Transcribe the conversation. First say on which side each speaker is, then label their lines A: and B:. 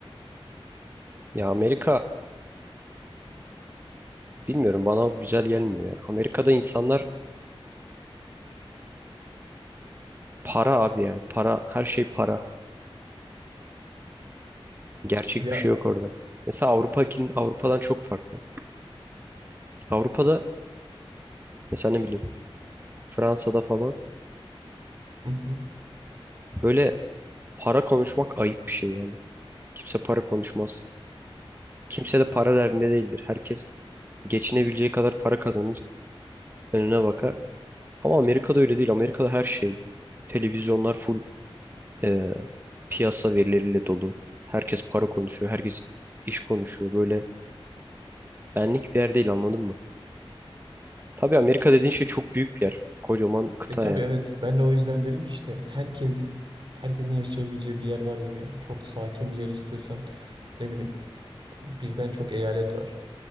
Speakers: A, on the right; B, on the right.
A: Ya Amerika bilmiyorum bana güzel gelmiyor ya. Amerika'da insanlar para abi yani. Para her şey para. Gerçek
B: Ya
A: bir şey yok orada. Mesela Avrupa'kin Avrupa'dan çok farklı. Avrupa'da mesela ne bileyim Fransa'da falan
B: hı hı.
A: böyle para konuşmak ayıp bir şey yani. Kimse para konuşmaz. Kimse de para derdinde değildir. Herkes geçinebileceği kadar para kazanır, önüne bakar. Ama Amerika'da öyle değil. Amerika'da her şey, televizyonlar full e, piyasa verileriyle dolu. Herkes para konuşuyor, herkes iş konuşuyor. Böyle benlik bir yer değil anladın mı? Tabii Amerika dediğin şey çok büyük bir yer. Kocaman kıta
B: E tabii
A: yani.
B: evet. Ben de o yüzden dedim ki işte herkes herkesin yaşayabileceği bir yer vardır yani. Çok sakin bir yer istiyorsan ne bileyim birden çok eyalet var.